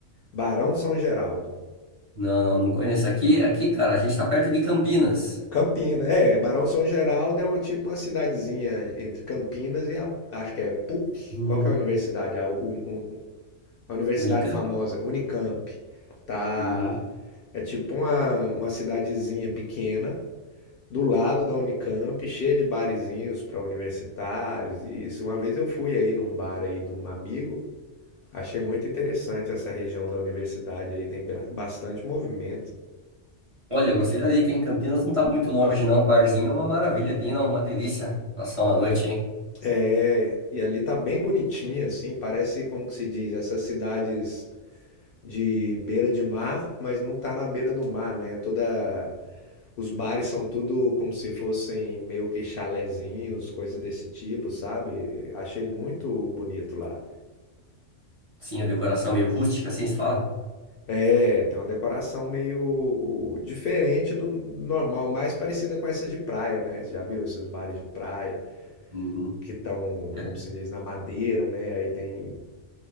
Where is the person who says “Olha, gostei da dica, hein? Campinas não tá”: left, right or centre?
Right